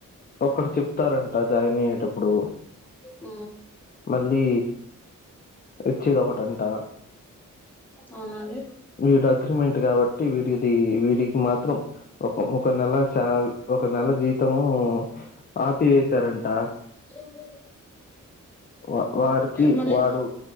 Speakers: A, on the left (about 30°); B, in the centre.
A: ఒకటి చెప్తారంట జాయిన్ అయ్యేటప్పుడు
B: ఆ
A: మళ్ళీ ఇచ్చేది ఒకటంట
B: అవునండి
A: వీడు అగ్రిమెంట్ కాబట్టి వీటిది వీడికి మాత్రం ఒక ఒక నెల సాల్ ఒక నెల జీత్ తము ఆపి ఏశారంట
B: ఒ పోరి
A: వా వారికి
B: మళ్ళీ
A: వాడు